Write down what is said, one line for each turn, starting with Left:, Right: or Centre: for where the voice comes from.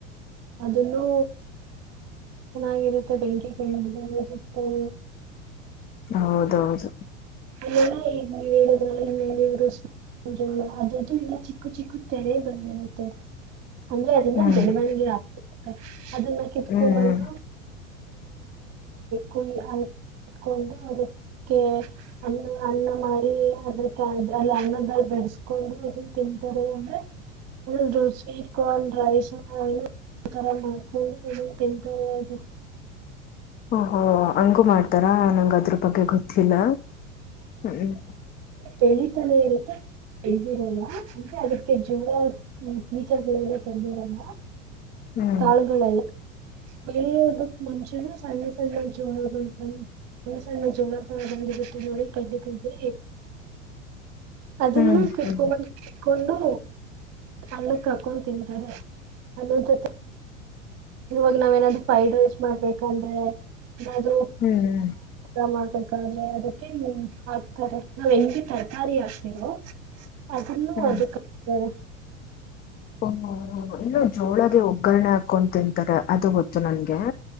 Right: ಅದನ್ನೂ ಚೆನ್ನಾಗಿರುತ್ತೆ ಬೆಂಕಿ ಕೆಂಡ ಸುತ್ತದೆ
Left: ಹೌದೌದು
Right: ಅ ಈ ನೀವ್ ಹೇಳುದ್ರಲ್ಲ ಇ ನೀವರು <inaudible> ಇರಲ್ಲ ಅದಿನ್ನೂ ಚಿಕ್ಕು ಚಿಕ್ಕು ತೆನೇ ಬಂದಿರುತ್ತೆ ಅಂದ್ರೆ ಅದಿನ್ನ
Left: ಹ್ಮ್
Right: ಬೆಳವಣಿಗೆ
Left: ಹ್ಮ್
Right: ಅದನ್ನ ಕಿತ್ಕೊಂಡಂಬಂದುಣ್ಣಾಗಿ
Left: ಹ್ಮ್
Right: ಕುಯ <inaudible> ಇಟ್ಕೊಂಡು ಅದಕ್ಕೆ........ ಅನ್ನ ಅನ್ನ ಮಾಡಿ ಅದ್ರಕ್ಕೆಲ್ಲಿ ಅನ್ನದಲ್ ಬೆಡಸ್ಕೊಂಡು ಅದನ್ನ ತಿಂತಾರೆ ಅಂದ್ರೆ. ರುಚ ಕನ್ ರೈಸ್ನಲ್ಲಿ. ಆ ತರ ಮಾಡ್ಕೊಂಡ ತಿಂತಿರಿ ಇಲ್ಲ.
Left: ಓಹೋ ಓಹೋ ಹಂಗೂ ಮಾಡ್ತಾರಾ ನಂಗ ಅದ್ರ ಬಗ್ಗೆ ಗೊತ್ತಿಲ್ಲ ಹ್ಮ್ಮ.
Right: ಕತಾನೆ ಇರುತ್ತೆ <inaudible> ಇಳ್ದಿರಲ್ಲ ಅಂದ್ರೆ ಅದಕ್ಕೆ ಜೋಳ ನೀಚಗಳೆಲ್ಲ ತಂದದಿರಲ್ಲ.
Left: ಹ್ಮ್
Right: ಕಾಳುಗಳೆಲ್ಲ... ಬೆಳೆಯೋದಕ್ ಮುಂಚೆನ ಸಣ್ಣ ಸಣ್ಣ ಜೋಳಗಳು ಬ. ಸಣ್ಣ ಜೋಳ ತ ಬಂದಿರುತ್ತೆ ನೋಡಿ ಕಡ್ಡಿ ಕಡ್ಡಿ. ಅದನ್ನು
Left: ಹ್ಮ್
Right: ಕಿತ್ಕೊಂಡ
Left: ಹ್ಮ್
Right: ಬಂದ್. ಕೊಂಡು ಅನ್ನ ಹಾಕೊಂಡು ತಿಂತಾರೆ ಅನ್ನ ಜೊತೆ. ಇವಾಗ ನಾವ ಏನಾದ್ರು ಫ್ರೈಡ್ ರೈಸ್ ಮಾಡ್ಬೇಕಂದ್ರೆ ಏನಾದ್ರು.
Left: ಹ್ಮ್ ಹ್ಮ್
Right: ನಾವು ಮಾಡ್ಬೇಕಾದ್ರೆ ಅದಕ್ಕೆ ಹಾಕ್ತಾರೆ ನಾವ್ ಹೆಂಗಿ ತರಕಾರಿ ಹಾಕ್ತಿವೆ. ಅದನ್ನು
Left: ಹ್ಮ್
Right: ಅದಕ್ಕೆ ಹಾಕತಾರೆ.
Left: ಓ ಓ ಓ ಇನ್ನು ಜೋಳಗೆ ಒಗ್ಗರಣೆ ಹಾಕೊಂಡು ತಿಂತಾರೆ ಅದು ಗೊತ್ತು ನನಗೆ.